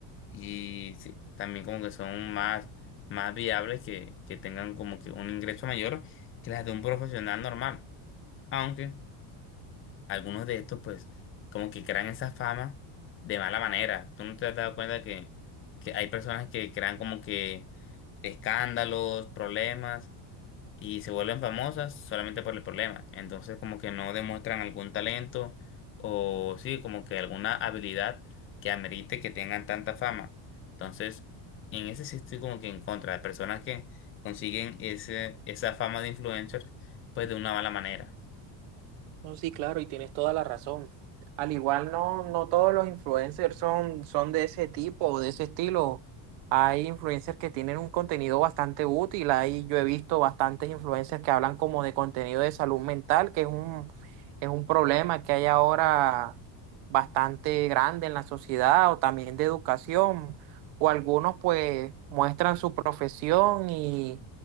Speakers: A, on the left; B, on the right.
A: y sí, también como que son más, más viables que, que tengan como que un ingreso mayor que las de un profesional normal. Aunque algunos de estos pues como que crean esa fama de mala manera. ¿Tú no te has dado cuenta que, que hay personas que crean como que escándalos, problemas? y se vuelven famosas solamente por el problema. Entonces como que no demuestran algún talento o sí, como que alguna habilidad que amerite que tengan tanta fama. Entonces, en ese sí estoy como que en contra de personas que consiguen ese, esa fama de influencers pues de una mala manera.
B: No, sí, claro, y tienes toda la razón. Al igual no, no todos los influencers son, son de ese tipo o de ese estilo. Hay influencers que tienen un contenido bastante útil. Ahí yo he visto bastantes influencers que hablan como de contenido de salud mental, que es un, es un problema que hay ahora bastante grande en la sociedad, o también de educación. O algunos pues muestran su profesión y,